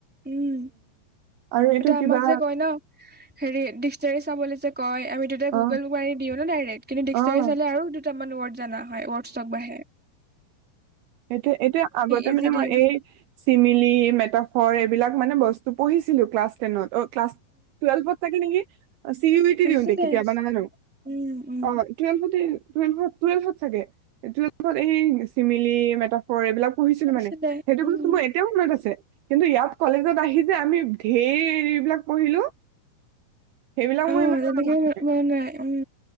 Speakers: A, in the centre; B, on the right.
A: উম,
B: আৰু এইটো
A: এয়া
B: কিবা
A: আমাক যে কয় ন হেৰি ডিচনেৰী চাবলৈ যে ক আমি তেতিয়া
B: অ',
A: গুগলত মাৰি দিওঁ ন ডাইৰেক্ট কিন্তু ডিচনেৰী
B: অ',
A: চালে আৰু দুটামান ৱৰদ জানা হয় ৱৰ্ডছক বাহে
B: এতিয়া এতিয়া আগতে
A: ইজি
B: মানে
A: দিওঁ
B: মই এই চিমিলি মেটাফৰ এইবিলাক মানে বস্তু পঢ়িছিলো ক্লাছ টেনত অ' ক্লাছ টুৱেল্ভত চাগে নেকি? চি ইউ ইটি
A: আছিলে
B: দিওঁ দে কেতিয়াবা নাজানো
A: উম উম
B: অ' টুৱেলভতে টুৱেলভত টুৱেলভত চাগে টুৱেলভত এই চিমিলি মেটাফৰ এইবিলাক পঢ়িছিলোঁ
A: আছিলে
B: মানে সেইটো
A: উম
B: বস্ত মোৰ এতিয়াও মনত আছে। কিন্তু ইয়াত কলেজত আহি যে আমি ধেৰবিলাক পঢ়িলোঁ। সেইবিলাক
A: অ
B: মোৰ ইমান
A: তেনেকে
B: নাথাকে।
A: মন নাই উম